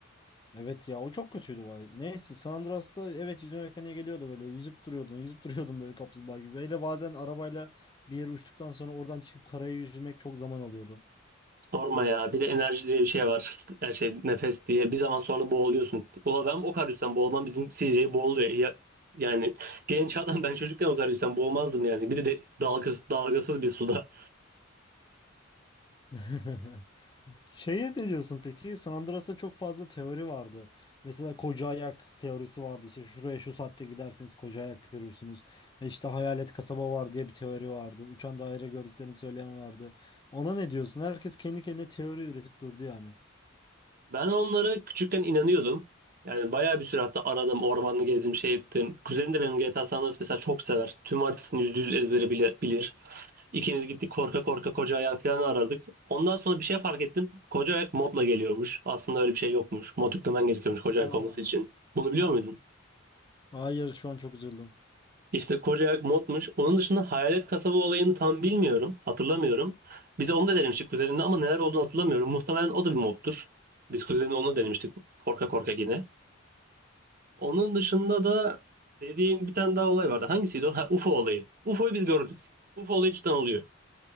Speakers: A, on the left (about 20°); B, on the right (about 45°).
A: Evet ya o çok kötüydü Vice. Neyse San Andreas'ta evet yüzme mekaniğe geliyordu böyle yüzüp duruyordun yüzüp duruyordun böyle kaplumbağa gibi. Böyle bazen arabayla bir yere uçtuktan sonra oradan çıkıp karaya yüzmek çok zaman alıyordu.
B: Sorma ya. Bir de enerji diye bir şey var. St- Her şey nefes diye. Bir zaman sonra boğuluyorsun. Ulan ben o kadar yüzden boğulmam bizim CJ boğuluyor. Ya, yani genç adam ben çocukken o kadar yüzden boğulmazdım yani. Bir de dalgasız, dalgasız bir suda.
A: <laughs> Şeye ne diyorsun peki? San Andreas'ta çok fazla teori vardı. Mesela koca ayak teorisi vardı. İşte şuraya şu saatte giderseniz koca ayak görürsünüz. Ve işte hayalet kasaba var diye bir teori vardı. Uçan daire gördüklerini söyleyen vardı. Ona ne diyorsun? Herkes kendi kendine teori üretip durdu yani.
B: Ben onlara küçükken inanıyordum. Yani bayağı bir süre hatta aradım, ormanı gezdim, şey ettim. Kuzenim de benim GTA San Andreas mesela çok sever. Tüm haritasını yüzde yüz ezbere bile, bilir. İkimiz gittik korka korka koca ayak falan aradık. Ondan sonra bir şey fark ettim. Koca ayak modla geliyormuş. Aslında öyle bir şey yokmuş. Mod yüklemen gerekiyormuş koca ayak
A: Aa,
B: olması için. Bunu biliyor muydun?
A: hayır şu an çok üzüldüm.
B: İşte koca ayak modmuş. Onun dışında hayalet kasaba olayını tam bilmiyorum. Hatırlamıyorum. Bize onu da denemiştik kuzenimle ama neler olduğunu hatırlamıyorum. Muhtemelen o da bir moddur. Biz kuzenimle onu denemiştik korka korka yine. Onun dışında da dediğin bir tane daha olay vardı. Hangisiydi o? Ha, UFO olayı. UFO'yu biz gördük. UFO olayı cidden oluyor.